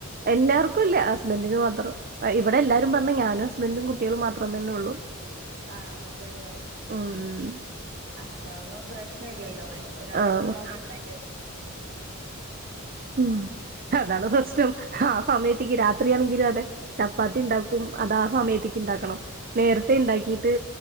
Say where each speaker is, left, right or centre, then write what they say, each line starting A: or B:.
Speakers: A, on the right; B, on the right.
A: എല്ലാർക്കും ഇല്ല ഹുസ്ബൻഡിന് മാത്രം. ഇവിടെ എല്ലാരും പറഞ്ഞ ഞാനും ഹസ്ബൻറും കുട്ടികളും മാത്രം തന്നെ ഉള്ളൂ
B: ആഹ് അതെല്ലേ
A: ഉം
B: ആഹ് അതാകുമ്പോ പ്രശ്നമില്ലല്ലോ, ഒരാളുടെ
A: ആഹ്
B: ഇഷ്ട നോക്കി ഉണ്ടാക്കിയാ പോര്.
A: ഉം അതാണ് പ്രശ്നം. ആ സമയത്തേക്ക് രാത്രിയാണെങ്കിലും അത് ചപ്പാത്തി ഉണ്ടാക്കും അതാ സമയത്തേക്ക് ഉണ്ടാക്കണം നേരത്തെ ഉണ്ടാക്കിട്ട്